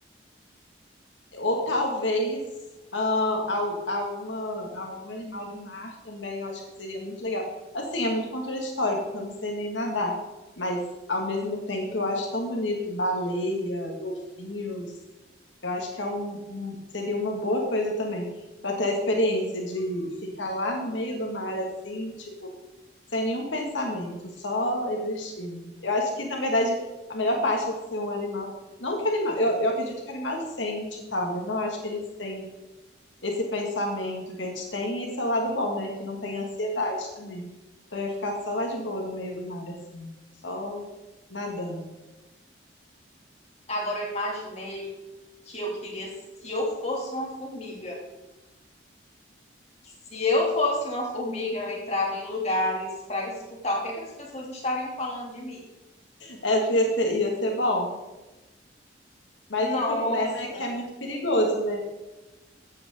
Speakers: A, on the left (about 80°); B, on the left (about 35°).
A: Ou talvez ah, al- alguma, algum animal do mar também, eu acho que seria muito legal. Assim, é muito contraditório, porque eu não sei nem nadar. Mas, ao mesmo tempo, eu acho tão bonito baleia, golfinhos. Eu acho que é um, um- seria uma boa coisa também, para ter a experiência de ficar lá no meio do mar, assim, tipo, sem nenhum pensamento, só existindo. Eu acho que, na verdade, a melhor parte de ser um animal não que animal, eu, eu acredito que animal sente e tal, mas não acho que eles têm esse pensamento que a gente tem, e esse é o lado bom, né? Que não tem ansiedade também. Então eu ia ficar só lá de boa no meio do mar, assim, só nadando.
B: Agora eu imaginei que eu queria, se eu fosse uma formiga. Se eu fosse uma formiga, eu entrava em lugares para escutar o que é que as pessoas estariam falando de mim.
A: É, ia ser, ia ser bom. Mas
B: Nossa,
A: o problema é que é muito perigoso, né?